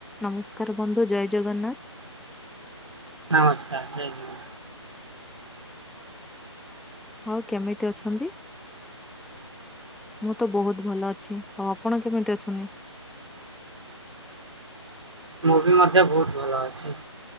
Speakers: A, in the centre; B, on the right (about 70°).
A: ନମସ୍କାର ବନ୍ଧୁ ଜୟ ଜଗନ୍ନାଥ।
B: ନମସ୍କାର ଜୟ ଜଗନା।
A: ଆଉ କେମିତି ଅଛନ୍ତି? ମୁଁ ତ ବହୁତ୍ ଭଲ ଅଛି ଆଉ ଆପଣ କେମିତି ଅଛନ୍ତି?
B: ମୁ ବି ମଧ୍ୟ ବହୁତ୍ ଭଲ ଅଛି